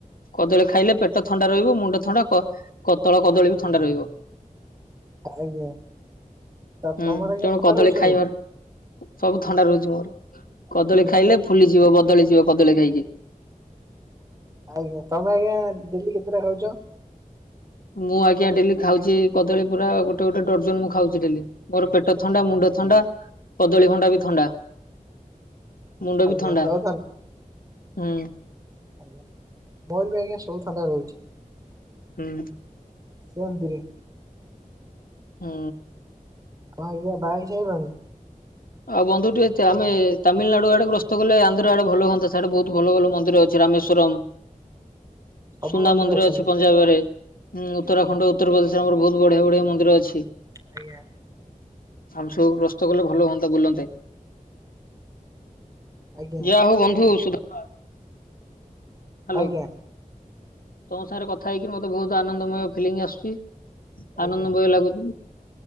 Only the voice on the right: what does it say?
ଆଜ୍ଞା।
ତମର ଆଜ୍ଞା
ଥଣ୍ଡା
ରହୁଛି ସବୁ?
ଆଜ୍ଞା
ଦିନକୁ
ଆଜ୍ଞା ତମେ ଆଜ୍ଞା ଡେଲି କେତେଟା ଖାଉଛ?
ଆଜ୍ଞା
ସବୁ
ଆଜ୍ଞା ମୋର ବି ଆଜ୍ଞା ସବୁ ଥଣ୍ଡା ରହୁଛି।
ଶ୍ରୀମନ୍ତି ରେ।
କଣ ଆଜ୍ଞା ବାହାହେଇ ସାଇଲଣି?
ସବୁ
ଅଛନ୍ତି
ଆଜ୍ଞା।
ଆଜ୍ଞା
ଆଜ୍ଞା
ଆଜ୍ଞା